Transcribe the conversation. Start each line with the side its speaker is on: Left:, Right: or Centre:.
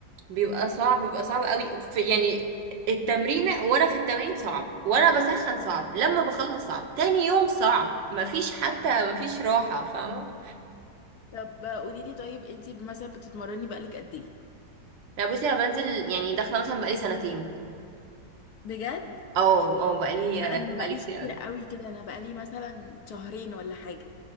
Right: بيبقى صعب بيبقى صعب قوي في يعني التمرين وانا في التمرين صعب وانا بسخن صعب لما بخلص صعب تاني يوم صعب مفيش حتى مفيش راحة فاهمة
Left: طب قولي لي طيب انتي مثلا بتتمرني بقالك قد ايه
Right: لا بصي انا بنزل يعني داخلة مثلا بقالي سنتين
Left: بجد
Right: اه اه بقالي
Left: لا انا ما بقاليش
Right: بقالي كتير
Left: كتير
Right: قوي
Left: قوي كده انا بقالي مثلا شهرين ولا حاجة